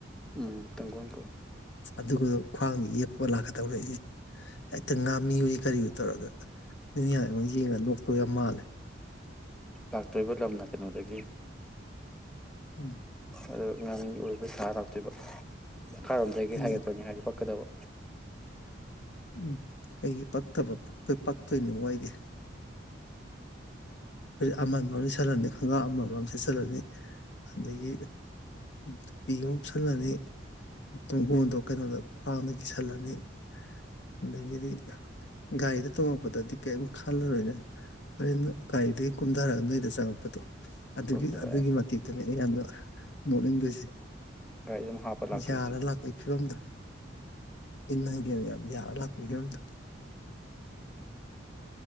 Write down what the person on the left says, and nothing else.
ꯑꯗꯨꯒ ꯈ꯭ꯋꯥꯡꯗ ꯌꯦꯞꯄ ꯂꯥꯛꯀꯗꯧꯔꯛꯏꯍꯦ ꯍꯦꯛꯇ ꯉꯥꯝꯃꯤꯑꯣꯢ ꯀꯔꯤꯑꯣꯢ ꯇꯧꯔꯒ ꯃꯤꯅꯒ ꯑꯩꯉꯣꯟ ꯌꯦꯡꯉꯒ ꯅꯣꯛꯄ ꯌꯥꯝ ꯃꯥꯜꯂꯦ
ꯎꯝ
ꯎꯝ
ꯎꯝ ꯀꯩꯒꯤ ꯄꯛꯇꯕ ꯄꯛꯇꯣꯏ ꯄꯛꯇꯣꯏꯅꯤꯑꯣ ꯑꯩꯗꯤ ꯔꯤꯠ ꯑꯃꯟꯕ ꯑꯃ ꯂꯤꯠꯁꯜꯂꯅꯤ ꯈꯡꯒ꯭ꯔꯥꯎ ꯑꯃꯟꯕ ꯑꯃ ꯁꯦꯠꯆꯜꯂꯅꯤ ꯑꯗꯒꯤ ꯇꯨꯄꯤ ꯑꯃ ꯎꯞꯁꯜꯂꯅꯤ ꯇꯨꯡꯒꯣꯟꯗꯣ ꯀꯩꯅꯣꯗ ꯈ꯭ꯋꯥꯡꯗ ꯀꯤꯁꯜꯂꯅꯤ ꯑꯗꯒꯤꯗꯤ ꯒꯥꯔꯤꯗ ꯇꯣꯡꯉꯛꯄꯗꯗꯤ ꯀꯩꯝ ꯈꯜꯂꯔꯣꯏꯅꯦ ꯍꯣꯔꯦꯟ ꯒꯥꯔꯤꯗꯒꯤ ꯀꯨꯝꯊꯔꯒ ꯅꯣꯏꯗ ꯆꯪꯉꯛꯄꯗꯣ ꯑꯗꯨꯒꯤ
ꯑꯗꯨꯒꯤ ꯃꯇꯦꯛꯇꯨꯅꯤ ꯑꯩ ꯌꯥꯝꯅ ꯅꯣꯛꯅꯤꯡꯗꯣꯏꯁꯦ
ꯌꯥꯛꯂ ꯂꯥꯛꯄꯩ ꯐꯤꯕꯝꯗ ꯏꯟꯅ ꯒꯦꯜ ꯌꯥꯝ ꯌꯥꯜꯂ ꯂꯥꯛꯄꯩ ꯐꯤꯔꯝꯗꯣ